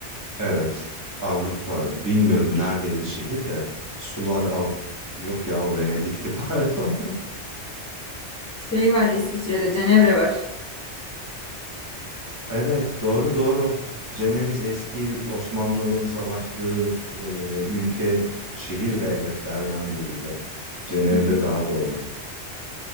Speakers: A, on the right; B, on the left.
A: Evet, Avrupa bilmiyorum neredeydi şehir de sular al yok ya o Venedik'ti <laughs> pardon.
B: Şey var İsviçre'de Cenevre var.
A: Evet doğru doğru. Ceneviz eski Osmanlı'nın savaştığı e, ülke şehir devletlerden biriydi. Cenevre
B: Hı hı.
A: daha doğru.